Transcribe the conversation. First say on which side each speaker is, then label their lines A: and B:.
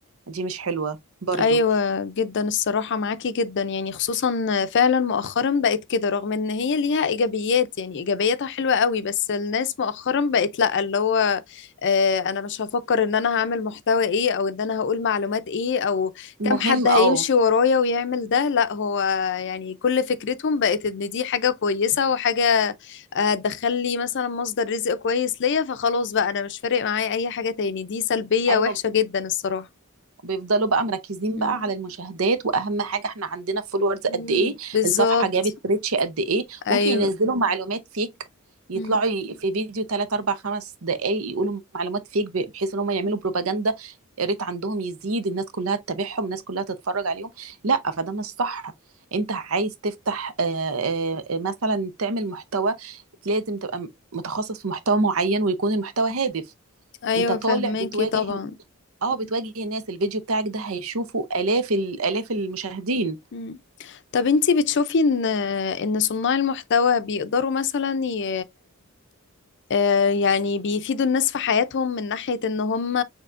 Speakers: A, on the right (about 75°); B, on the left (about 55°).
A: دي مش حلوة برضو
B: ايوه جدا الصراحه معاكي جدا يعني خصوصا فعلا مؤخرا بقت كده رغم ان هي ليها ايجابيات يعني ايجابياتها حلوه قوي بس الناس مؤخرا بقت لا اللي هو آه انا مش هفكر ان انا هعمل محتوى ايه او ان انا هقول معلومات ايه او
A: المهم
B: كم حد هيمشي
A: اه
B: ورايا ويعمل ده لا هو يعني كل فكرتهم بقت ان دي حاجه كويسه وحاجه آه، هتدخل لي مثلا مصدر رزق كويس ليا فخلاص بقى انا مش فارق معايا اي حاجه تاني دي سلبيه
A: ايوه
B: وحشه جدا الصراحه
A: بيفضلوا بقى مركزين
B: مم.
A: بقى على المشاهدات واهم حاجه احنا عندنا فولورز قد
B: مم،
A: ايه
B: بالظبط
A: الصفحه جابت ريتش قد ايه
B: ايوه
A: ممكن ينزلوا معلومات فيك يطلعوا
B: مم.
A: ي- في فيديو 3 4 5 دقائق يقولوا معلومات فيك ب- بحيث ان هم يعملوا بروباجندا الريت عندهم يزيد الناس كلها تتابعهم الناس كلها تتفرج عليهم لا فده مش صح انت عايز تفتح آه، آه، مثلا تعمل محتوى لازم تبقى متخصص في محتوى معين ويكون المحتوى هادف
B: ايوه
A: انت طالع
B: فهماكي
A: بتواجه
B: طبعا
A: اه
B: مم.
A: بتواجهي الناس الفيديو بتاعك ده هيشوفه آلاف الآلاف المشاهدين
B: مم. طب انتي بتشوفي ان ان صناع المحتوى بيقدروا مثلا ي... آه، يعني بيفيدوا الناس في حياتهم من ناحية ان هم